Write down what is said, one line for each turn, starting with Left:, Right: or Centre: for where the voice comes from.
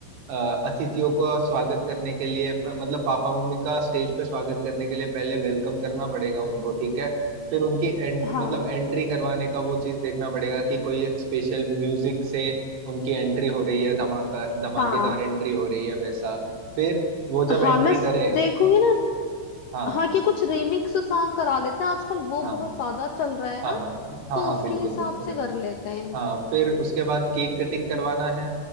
Right: अ, अतिथियों को स्वागत करने के लिए अ, मतलब पापा मम्मी का स्टेज पे स्वागत करने के लिए पहले वेलकम करना पड़ेगा उनको ठीक है फिर उनकी एं,
Left: हाँ
Right: मतलब एंट्री करवाने का वो चीज देखना पड़ेगा कि कोई एक स्पेशल म्यूजिक से उनकी एंट्री हो रही है धमाका धमाकेदार
Left: हाँ
Right: एंट्री हो रही है वैसा फिर वो जब
Left: हाँ
Right: एंट्री
Left: मैं स-
Right: करे
Left: देखूंगी ना
Right: हाँ
Left: हाँ कि कुछ रिमिक्स सॉन्ग करा लेते हैं आजकल वो
Right: हाँ
Left: बहुत ज्यादा चल रहा है ना
Right: हाँ हाँ
Left: तो
Right: हाँ
Left: उसके
Right: बिल्कुल
Left: हिसाब
Right: बिल्कुल
Left: से कर लेते हैं
Right: हाँ फिर उसके बाद केक कटिंग करवाना है